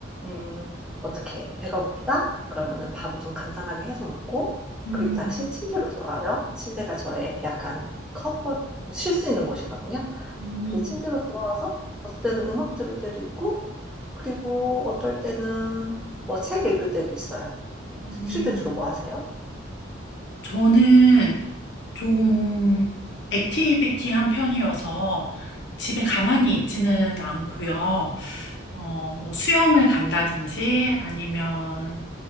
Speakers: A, in the centre; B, on the left (about 60°).
A: 음 어떻게 배가 고프다? 그러면은 밥을 좀 간단하게 해서 먹고
B: 음,
A: 그리고 다시 침대로 돌아와요. 침대가 저의 약간 컴포트 쉴 수 있는 곳이거든요.
B: 음,
A: 그 침대로 돌아와서 어떨 때는 음악 들을 때도 있고 그리고 어떨 때는 뭐 책 읽을 때도 있어요.
B: 음.
A: 쉴 때 주로 뭐 하세요?
B: 저는 좀 액티비티한 편이어서 집에 가만히 있지는 않고요. 어, 뭐 수영을 간다든지 아니면